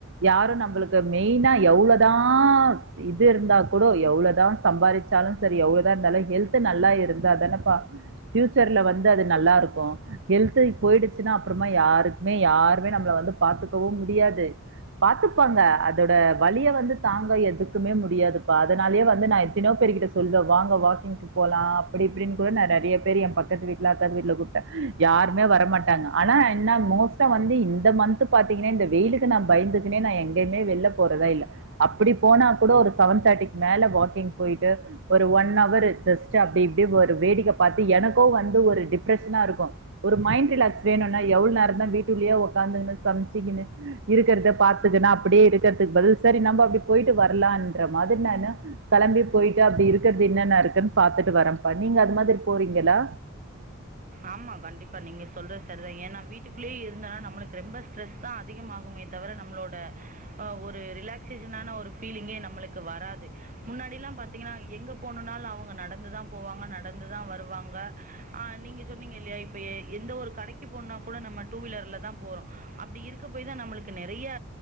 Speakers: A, on the right (about 60°); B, on the right (about 40°).
A: யாரு நம்புளுக்கு மெய்னா எவ்ளேதா இது இருந்த தா கூட எவ்ளோதா சம்பாரிச்சாலு செரி எவ்ளோதா இருந்தாலு ஹெல்து நல்லா இருந்தாதானப்பா ஃபியூச் சர்ல வந்து அது நல்லாருக்கு ஹெல்து போய்டுச்சுன்னா அப்றோமா யாருக்மே யார்மே நம்பள வந்து பாத்துக்கவு முடியாது பாத்துப்பாங்க அதோட வலிய வந்து தாங்க எதுக்குமே முடியாதுப்பா அதனாலயே வந்து நா எத்தினியோ பே ர் கிட்ட சொல்வ வாங்க வாக்கிங்க்கு போலாம் அப்டி இப்டின் கூட நெறைய பேரு எ பக்கத்து வீட்ல அக்கது வீட்ல கூப்ட்ட யாருமே வர மாட்டாங்க ஆனா என்ன மோஸ்டா வந்து இந்த மந்த் கு பாத்தீங்கனா இந்த வெயிலுக்கு நா பயந்துகுனே நா எங்கைய்மே வெல்ல போறதா இல்ல அப்டி போனா கூட ஒரு செவன்த்து தேட்டிக் மேல வாக்கிங் போய்ட்டு ஒரு ஒன் அவர் ஜஸ்ட் அப்டி இப்டி ஒரு வேடிக்க பாத்து எனக்கு ப்போ வந்து ஒரு டிப்ரஷனா இருக்கு ஒரு மைண்ட் ரிலாக்ஸ் வேணுனா எவுள் நேரதா வீட்டுல்லியே ஒக்காந்துனு சம்ச்சிக்கினு இருக்கிறத பாத்துகுனா அப்டியே இருக்கிறதுக் பதில் சரி நம்ப அப்டி போய்ட்டு வரலான்ற மா அதட்னா என்ன கெளம்பி போயிட்டு அப்டி இருக்கறது என்னன இருக்குன் பாத்துட்டு வரேப்பா நீங்க அது மாதிர் போறீங்களா
B: ஆமா கண்டிப்பா நீங்க சொல்றத் சரிதா ஏனா வீட்டுக் குள்ளேயே இருந்தனா நம்மளுக்கு ரெம்ப ஸ்ட்ரெஸ் தா அதிகமாகு மே தவிர நம்மளோட அ ஒரு ரிலாக்சேஷனான ஒரு ஃபீலிங்கே நம்மளுக்கு வராது முன்னாடி எல்லா பாத்தீங்கனா எங்க போனனாலு அவுங்க நடந்துதா போவாங்க நடந்துதா வருவாங்க ஆ நீங்க சொன்னீங்க இல்லையா இப்ப எ எந்த ஒரு கடைக்கு போனா கூட நம்ம டூ வீலர்ல தா போறோ அப்டி இருக்க போய் தா நம்மளுக்கு நெறைய